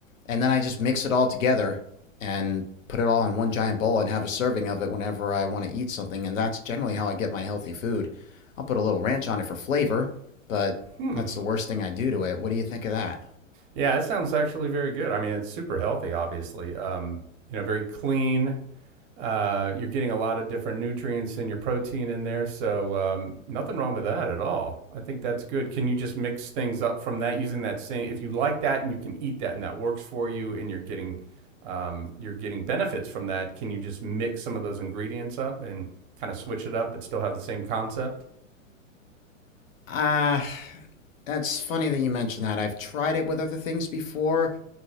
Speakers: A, on the left; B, on the right.
A: And then I just mix it all together and put it all in one giant bowl and have a serving of it whenever I want to eat something. And that's generally how I get my healthy food. I'll put a little ranch on it for flavor, but
B: Hmm.
A: that's the worst thing I do to it. What do you think of that?
B: Yeah, that sounds actually very good. I mean, it's super healthy, obviously. Um, you know, very clean Uh, you're getting a lot of different nutrients in your protein in there, so um, nothing wrong with that at all. I think that's good. Can you just mix things up from that using that same? If you like that and you can eat that and that works for you, and you're getting um, you're getting benefits from that, can you just mix some of those ingredients up and kind of switch it up, but still have the same concept?
A: Ah, uh, that's funny that you mentioned that. I've tried it with other things before.